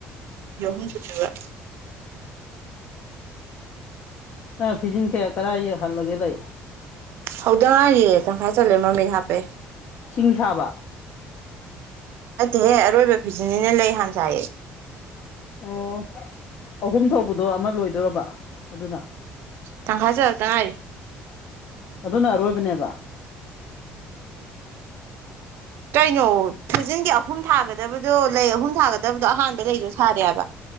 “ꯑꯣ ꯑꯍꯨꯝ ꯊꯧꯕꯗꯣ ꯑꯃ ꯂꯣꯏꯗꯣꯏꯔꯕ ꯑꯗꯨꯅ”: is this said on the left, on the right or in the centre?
Left